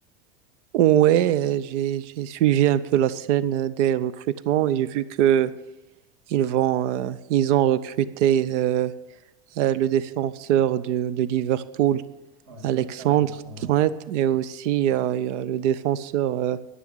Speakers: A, on the right; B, on the right.
A: Ouais, euh, j'ai j'ai suivi un peu la scène euh, des recrutements et j'ai vu que ils vont euh, ils ont recruté euh, euh, le défenseur de, de Liverpool
B: Ouais,
A: Alexandre
B: Alexandre, ouais,
A: Trent et aussi euh, il y a le défenseur euh,